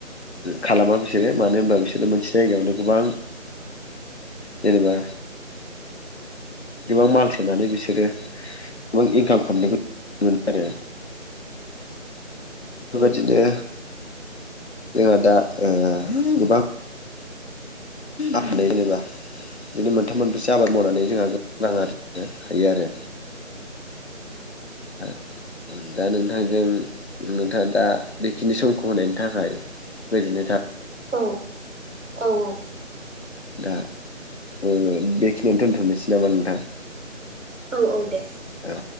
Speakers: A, on the left; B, on the right.
A: खालामा बिसोरो मानो होनबा बिसोरो मोनसे जायगायावनो गोबां जेनेबा गोबां माल सोनानै बिसोरो गोबां इनकाम खालामनायखौ मोनो आरो बिदिनो जोंहा दा गोबां आपनो जेनेबा बिदिनो मोनथाम मोनबैसो आबाद मावनानै जोंहा रां आरजीनो हायो आरो औ दा नोंथांजों नोंथाङा दा बेखिनि समखौ होनायनि थाखाय गोजोन
B: औ औ औ
A: दा बेखिनियावनो दोनथ'नोसै नामा नोंथां
B: औ औ दे
A: औ